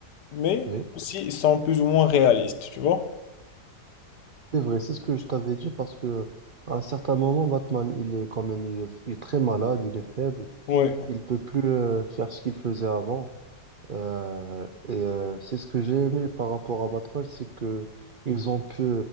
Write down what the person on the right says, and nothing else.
Oui,
c'est vrai, c'est ce que je t'avais dit parce que à un certain moment, Batman, il est quand même, il est, il est très malade, il est faible,
il peut plus euh, faire ce qu'il faisait avant. Euh, et euh, c'est ce que j'ai aimé par rapport à Batman, c'est que ils ont pu